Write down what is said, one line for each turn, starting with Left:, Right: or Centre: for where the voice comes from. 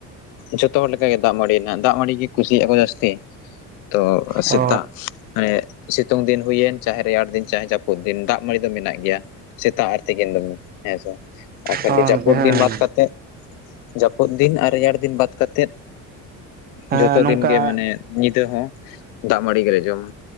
Left: ᱡᱷᱚᱛᱚ ᱦᱚᱲ ᱞᱮᱠᱟ ᱜᱮ, ᱫᱟᱜ ᱢᱟᱹᱲᱤᱭᱮᱱᱟ ᱫᱟᱜ ᱢᱟᱹᱲᱤ ᱜᱮ ᱠᱩᱥᱤᱭᱟᱜᱼᱟ ᱠᱚ ᱡᱟᱹᱥᱛᱤ᱾ ᱛᱚ ᱥᱮᱛᱟᱜ
Right: ᱚ
Left: ᱢᱟᱱᱮ ᱥᱤᱛᱩᱝ ᱫᱤᱱ ᱦᱩᱭᱮᱱ ᱪᱟᱦᱮ ᱨᱮᱭᱟᱲ ᱫᱤᱱ, ᱪᱟᱦᱮ ᱡᱟᱯᱩᱫ ᱫᱤᱱ ᱫᱟᱜ ᱢᱟᱹᱲᱤ ᱫᱚ ᱢᱮᱱᱟᱜ ᱜᱮᱭᱟ᱾ ᱥᱮᱛᱟᱜ ᱟᱨ ᱛᱤᱠᱤᱱ ᱫᱚᱢᱮ ᱦᱮᱸᱥᱮ, ᱟᱨ ᱠᱷᱟᱹᱞᱤ
Right: ᱜᱚᱝᱠᱮ
Left: ᱡᱟᱹᱯᱩᱫ
Right: ᱦᱮᱸ
Left: ᱫᱤᱱ ᱵᱟᱫ ᱠᱟᱛᱮᱫ ᱡᱟᱹᱯᱩᱫ ᱫᱤᱱ ᱟᱨ ᱨᱮᱭᱟᱲ ᱫᱤᱱ ᱵᱟᱫ ᱠᱟᱛᱮᱫ
Right: ᱦᱮᱸ
Left: ᱡᱷᱚᱛᱚ
Right: ᱱᱚᱝᱠᱟ
Left: ᱫᱤᱱ ᱜᱮ ᱢᱟᱱᱮ, ᱧᱤᱫᱟᱹ ᱦᱚᱸ ᱫᱟᱜ ᱢᱟᱹᱲᱤ ᱜᱮᱞᱮ ᱡᱚᱢᱟ᱾